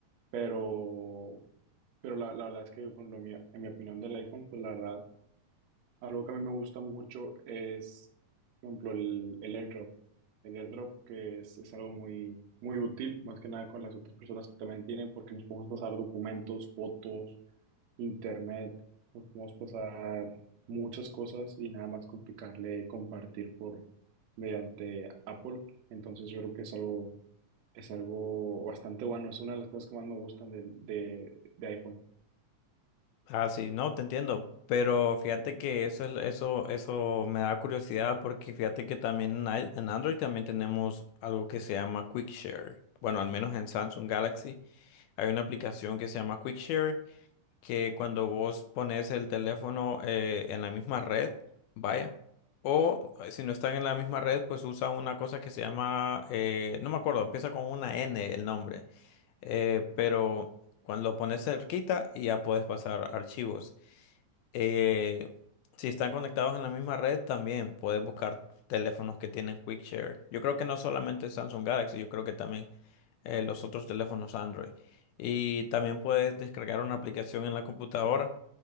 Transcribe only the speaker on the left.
Ah, sí, no, te entiendo, pero fíjate que eso, es eso, eso me da curiosidad porque fíjate que también en ai- en Android también tenemos algo que se llama QuickShare. Bueno, al menos en Samsung Galaxy hay una aplicación que se llama QuickShare que cuando vos pones el teléfono eh, en la misma red, vaya, o eh, si no están en la misma red, pues usa una cosa que se llama, eh, no me acuerdo, empieza con una N el nombre, eh, pero... Cuando lo pones cerquita y ya puedes pasar archivos. Eh, si están conectados en la misma red, también puedes buscar teléfonos que tienen Quick Share. Yo creo que no solamente Samsung Galaxy, yo creo que también eh, los otros teléfonos Android. Y también puedes descargar una aplicación en la computadora,